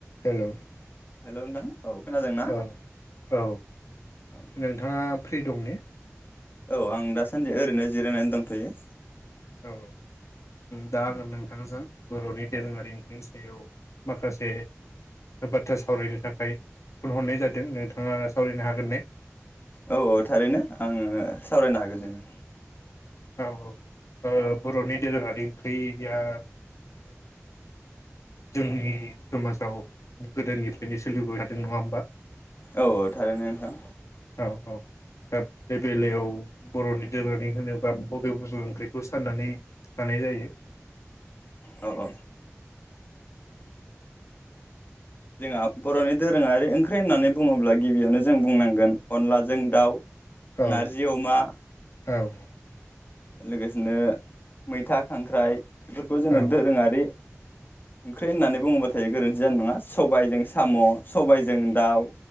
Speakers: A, on the left; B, on the left.
A: हेल'
B: hello नोंथां औ खोनादोंना
A: औ औ
B: औ
A: नोंथाङा फ्रि दं ने
B: औ आं दासान्दि ओरैनो जिरायनानै दंथ'यो
A: औ दा आङो नोंथांजों बर'नि दोरोङारि ओंख्रिनि सायाव माखासे बाथ्रा सावरायनो थाखाय फन हरनाय जादों नोंथाङा सावरायनो हागोन ने
B: औ औ थारैनो आङो सावरायनो हागोन दे नोंथां
A: औ औ बर'नि दोरोङारि ओंख्रैया जोंनि समाजाव गोदोनिफ्रायनो सोलिबोबाय थादों नङा होमबा
B: औ औ थारैनो नोंथां
A: औ औ दा बे बेलायाव बर'नि दोरोङारि होनोबा बबे बबे ओंख्रि बे खौ साननानै लानाय जायो
B: औ औ जोंहा बर'नि दोरोङारि ओंख्रि होननानै बुङोब्ला गिबियावनो जों बुंनांगोन अनलाजों दाउ
A: औ
B: नारजि अमा
A: औ
B: लोगोसेनो मैथा खांख्राइ बेफोरखौ जोङो
A: औ
B: दोरोङारि ओंख्रि होननानै बुङोबाथाय गोरोन्थि जानाय नङा सबायाइजों साम' सबायजों दाउ